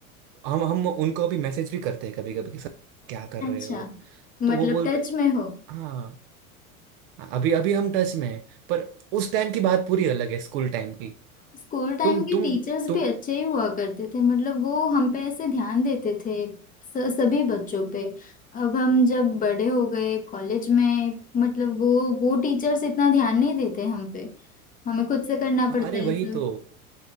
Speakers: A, on the right; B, on the left.
A: हम हम उनको अभी मैसेज भी करते हैं कभी कभी कि सर क्या कर
B: अच्छा
A: रहे हो तो
B: मतलब
A: वो बोलते
B: टच में हो
A: हाँ अभी अभी हम टच में हैं पर उस टाइम की बात पूरी अलग है स्कूल टाइम की
B: स्कूल टाइम
A: तुम
B: के
A: तुम
B: टीचर्स
A: तुम
B: भी अच्छे ही हुआ करते थे मतलब वो हम पे ऐसे ध्यान देते थे स, सभी बच्चों पे अब हम जब बड़े हो गए कॉलेज में मतलब वो वो टीचर्स इतना ध्यान नहीं देते हम पे हमें खुद से करना पड़ता
A: अरे
B: है
A: वही
B: सब
A: तो